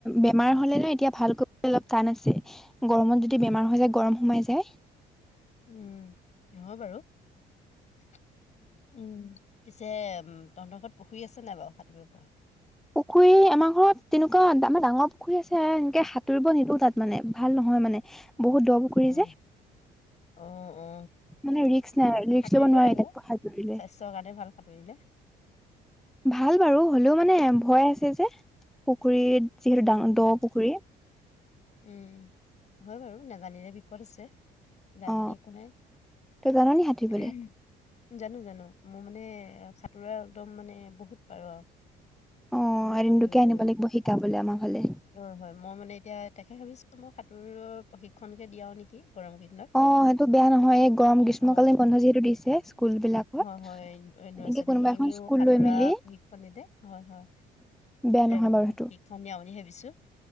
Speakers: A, in the centre; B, on the left.
A: বেমাৰ হলে নে এতিয়া ভাল কৰিবলৈ অলপ টান আছে। গৰমত যদি বেমাৰ হৈ যায় গৰম সোমাই যায়
B: উম, নহয় বাৰু <inaudible> উম। পিছে উম তহঁতৰ ঘৰত পুখুৰী আছে নাই বাৰু সাঁতুৰিব পৰা?
A: পুখুৰী আমাৰ ঘৰত তেনেকুৱা আমাৰ ডাঙৰ পুখুৰী আছে এনেকে সাঁতুৰিব নিদো তাত মানে ভাল নহয়। হয় মানে বহুত দ পুখুৰী
B: উম
A: যে
B: অ অ
A: মানে ৰিক্স নাই ৰিক্স
B: সাঁতুৰিব
A: লব নোৱাৰে
B: লাগে
A: তাত সাঁতুৰিলে
B: স্বাস্থ্যৰ কাৰণে ভাল সাঁতুৰিলে
A: ভাল বাৰু হলেও মানে ভয় আছে যে পুখুৰীত যিহেতু
B: উম
A: ডাঙৰ দ পুখুৰী।
B: উম উ উ হুম উ উ নেজানিলে বিপদ আছে। জানি
A: অ
B: দেই একো নাই
A: তই জান
B: উম উমহু
A: নি সাঁতুৰিবলে
B: হু হু জানো জানো মোৰ মানে সাঁতোৰা একদম মানে বহুত পাৰো আৰু
A: অ
B: বহুত
A: এদিন
B: সাঁতুৰিব
A: তোকে আনিব
B: পাৰো।
A: লাগিব শিকাবলে আমাৰ ফালে
B: অ হয় মই মানে এতিয়া তেখেত ভাবিছোঁ মোক সাঁতোৰৰ প্ৰশিক্ষণকে দিয়াও নেকি গৰম কেইদিনত।
A: অ, সেইটো বেয়া নহয় এই গৰম গ্ৰীষ্মকালীন
B: অ
A: বন্ধ যিহেতু দিছে স্কুল বিলাকত
B: হয় হয়, এ ইন ইউনিভাৰ্চিটি
A: এনেকে কোনোবা
B: সি এনেও
A: এখন স্কুল
B: সাঁতোৰা
A: লৈ মেলি
B: প্ৰশিক্ষণ নিদে হয় হয়।
A: বেয়া
B: তেওঁলোককো
A: নহয় বাৰু সেইটো
B: প্ৰশিক্ষণ নিয়া বুলি ভাবিছো।